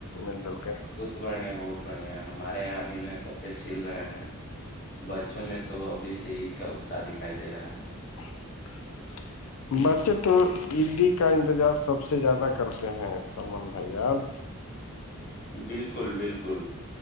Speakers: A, on the left; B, on the left.
A: مل جل کے
B: بت بڑھیا بہت بڑھیا ہمارے یہاں ا بھی نئے کپڑے سل رہے ہیں بچوں میں تو ابھی سے عید کا اتساہ دکھائی دے رہا ہے
A: <unintelligible> بچے تو عیدی کا انتظار سب سے زیادہ کرتے ہیں سلمان بھیاان
B: بالکل بالکل